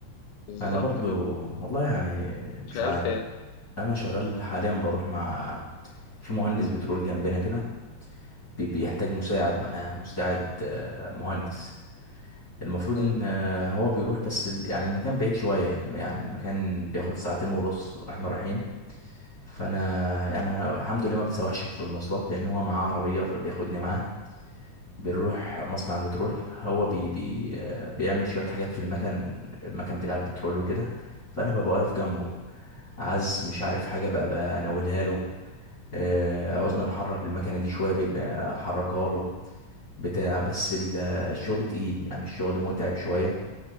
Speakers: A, on the left; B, on the left.
A: بالظبط
B: انا برضو
A: كده
B: والله يعني
A: شغال
B: مش عارف
A: في إيه؟
B: انا شغال حاليا بروح مع في مهندس بترول جنبنا كده بي- بيحتاج
A: مم.
B: مساعد معاه مستعد آه، مهندس المفروض
A: مم.
B: ان آه، هو بيروح بس ال- يعني المكان بعيد شوية يعني المكان بياخد ساعتين ونص واحنا رايحين فانا يعني الحمد لله ما بتسوحش في المواصلات لان هو معاه عربية فبياخدني معاه بنروح مصنع البترول هو بي بي آه، بيعمل شوية حاجات في المكن المكن بتاع البترول وكده فأنا ببقى واقف جنبه عايز مش عارف حاجة بقى بناولها له آه، عاوزنا نحرك المكنة دي شوية بيبقى أحركها له بتاع بس ال- الشغل تقيل يعني الشغل متعب شوية